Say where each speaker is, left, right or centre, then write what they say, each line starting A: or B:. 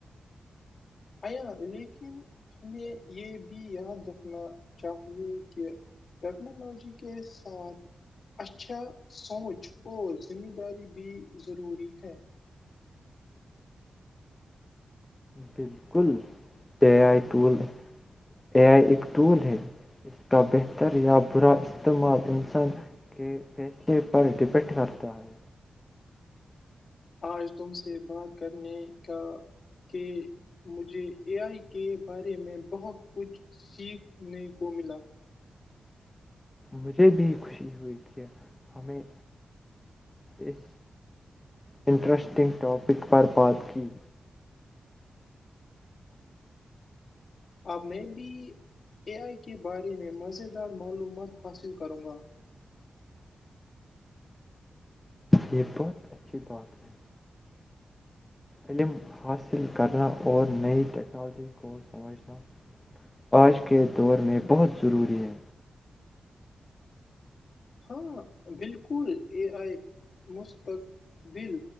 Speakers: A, on the left; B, on the left.
A: عں لیکن ہمیں یہ بھی یاد رکھنا چاہیے کہ ٹیکنالوجی کے ساتھ اچھا سوچ اور ذمہ داری بھی ضروری ہے
B: بالکل اے آئی ٹول اے آئی ایک ٹول ہے اس کا بہتر یا برا استعمال انسان کے فیصلے پر ڈپینڈ کرتا ہے
A: آج تم سے بات کرنے کا کہ مجھے اے آئی کے بارے میں بہت کچھ سیکھنے کو ملا
B: مجھے بھی خوشی ہوئی کہ ہمیں اس انٹرسٹنگ ٹاپک پر بات کی
A: اب میں بھی اے آئی کے بارے میں مزیدار معلومات حاصل کروں گا
B: یہ بات اچھی بات ہے علم حاصل کرنا اور نئی ٹیکنالوجی کو سمجھنا آج کے دور میں بہت ضروری ہے
A: ہاں بالکل اے آئی مستقبل